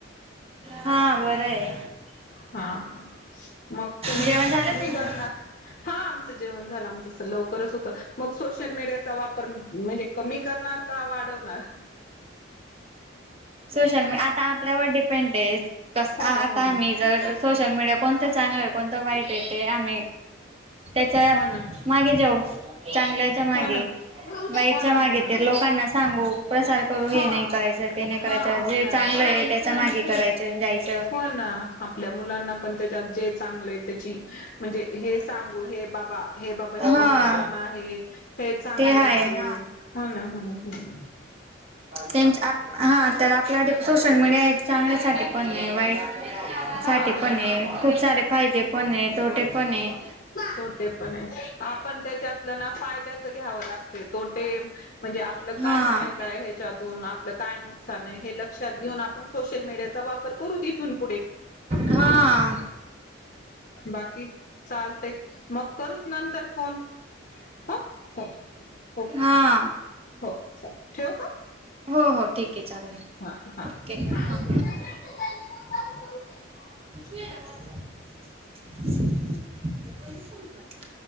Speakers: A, on the right (about 30°); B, on the left (about 45°).
A: हा बरं आहे,
B: हा हा मग तुम्ही
A: जेवण झालं
B: तुम्ही
A: तुमचं?
B: कर ना, हा आमचं जेवण झालं आमचं अस लवकरच होतं मग सोशल मीडियाचा वापर, म्हणजे कमी करणार का वाढवणार?
A: सोशल मी आता आपल्यावर डिपेंड आहे कस
B: हो
A: आ-
B: ना
A: आता
B: हो ना
A: मी, जर सोशल मीडिया कोणतं चांगलं आहे कोणतं वाईट आहे ते आम्ही, त्याच्या
B: हो ना
A: मागे जाऊ चांगल्याच्या मागे,
B: हो ना
A: वाईटच्या
B: हो ना
A: मागेे
B: हो ना
A: ते लोकांना सांगू प्रसार करू
B: हा
A: हे नाही करायचं ते नाही,
B: हा
A: करायचं
B: हो
A: जे
B: ना
A: चांगलं आहे त्याच्या मागे करायचं जायचं.
B: पण आपल्या मुलांना पण त्याच्यात जे चांगलं आहे त्याची, म्हणजे हे सांगू हे बाबा हे बाबा ह्याच
A: हा
B: नुकसान आहे. हे चांगलं
A: ते
B: आहे
A: हा
B: ह ना होना, होना,
A: त्यां हा तर आपल्या सोशल मीडिया एक चांगल्यासाठीही पण नाही वाईट,
B: हा
A: साठी पण आहे खूप सारे फायदे पण आहे तोटे पण आहे.
B: तोटे पण आहे. आपण त्याच्यातलं ना फायद्याच घ्यावं लागतंय तोटे, म्हणजे आपलं
A: हां
B: काय फायदा आहे ह्याच्यातून आपलं काय नुक नुकसान हे लक्षात घेऊन आपण सोशल मीडियाचा वापर करू तिथून पुढे,
A: हां
B: बाकी, चालतंय मग करू नंतर फोन ह हो, ओके,
A: हां
B: हो, चाल ठेवू का?
A: हो हो ठीक चालेल,
B: हा हा
A: ओके.
B: <unintelligible>
A: हां <unintelligible>